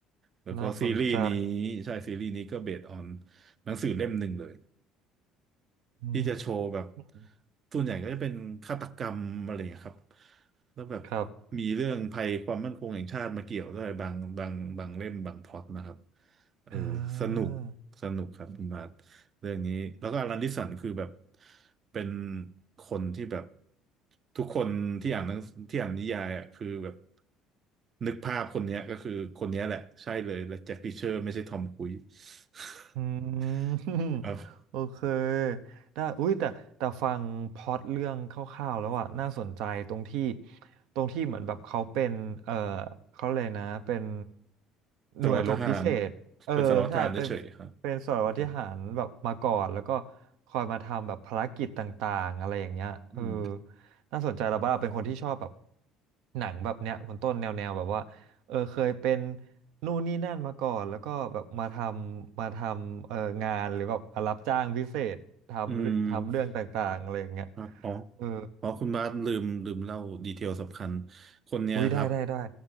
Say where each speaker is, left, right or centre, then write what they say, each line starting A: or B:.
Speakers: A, on the right; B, on the right.
A: แล้วก็ซีรีส์นี้
B: น่าสนใจ
A: ใช่ซีรีส์นี้ก็เบสออนหนังสือเล่มหนึ่งเลย
B: อื
A: ที่จะโชว์แบบ
B: ม
A: ส่วนใหญ่ก็จะเป็นฆาตกรรมอะไรอย่างเงี้ยครับแล้วแบบ
B: ครับ
A: มีเรื่องภัยความมั่นคงแห่งชาติมาเกี่ยวด้วยบางบางบางเล่มบางพล็อตนะครับเออสนุก
B: อ่า
A: สนุกครับคุณบาทเรื่องนี้แล้วก็อลันดิสันคือแบบเป็นคนที่แบบทุกคนที่อ่านหนังที่อ่านนิยายอ่ะคือแบบนึกภาพคนเนี้ยก็คือคนเนี้ยแหละใช่เลยและแจ็ครีเชอร์ไม่ใช่ทอม <laughs> ครูซ <laughs>
B: อืม <laughs>
A: ครับ
B: โอเคได้อุ้ยแต่แต่ฟังพล็อตเรื่องคร่าวๆแล้วอะน่าสนใจตรงที่ตรงที่เหมือนแบบเขาเป็นเออเขาเลยกนะเป็น
A: สารวัตรทหาร
B: หน่วยรบพิเศษเออใช่เป็น
A: เป็นสารวัตรทหารเฉยๆครับ
B: เป็นสารวัตรทหารแบบมาก่อนแล้วก็
A: อืม
B: คอยมาทำแบบภารกิจต่างๆอะไรอย่างเงี้ยเออ
A: อืม
B: น่าสนใจแล้วบ้างเราเป็นคนที่ชอบแบบหนังแบบเนี้ยคุณต้นแนวแนวแบบว่า เออเคยเป็นนู่นนี่นั่นมาก่อนแล้วก็แบบมาทำมาทำเอองานหรือแบบมารับจ้างพิเศษทำเรื่องทำเรื่องต่างๆอะไรอย่างเงี้ย
A: อืม ครับอ๋อ
B: เออ
A: อ๋อคุณบาสลืมลืมเล่าดีเทลสำคัญคนเนี้ยครับ
B: อุ้ยได้ได้ได้